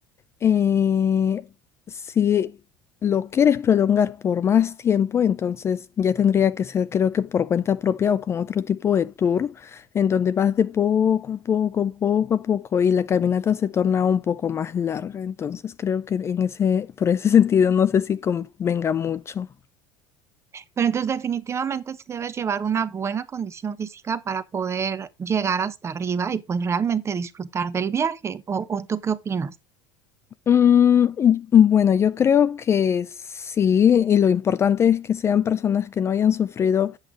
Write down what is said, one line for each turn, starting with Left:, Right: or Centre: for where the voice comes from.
Left: Eh, si lo quieres prolongar por más tiempo, entonces ya tendría que ser, creo que por cuenta propia o con otro tipo de tour, en donde vas de poco a poco, poco a poco, y la caminata se torna un poco más larga. Entonces creo que en ese, por ese <laughs> sentido, no sé si convenga mucho.
Right: Pero entonces definitivamente sí debes llevar una buena condición física para poder llegar hasta arriba y pues realmente disfrutar del viaje. ¿O, o tú qué opinas?
Left: Mm, y- bueno, yo creo que sí, y lo importante es que sean personas que no hayan sufrido